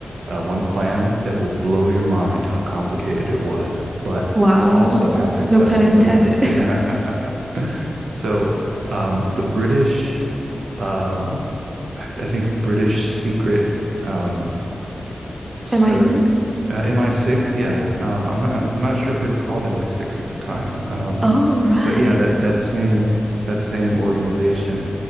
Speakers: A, on the right; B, on the right.
A: uh, one plan that will blow your mind how complicated it was, but
B: Wow.
A: also how successful
B: No pun intended.
A: it was. Yeah. <laughs> So um, the British, um, I, th- I think the British secret um,
B: <laughs>
A: ser
B: Am I six?
A: uh, MI6. Yeah. Um, I'm not, I'm I'm not sure if they were called MI6 at the time, um,
B: Oh, right.
A: but yeah, that that same that same organization,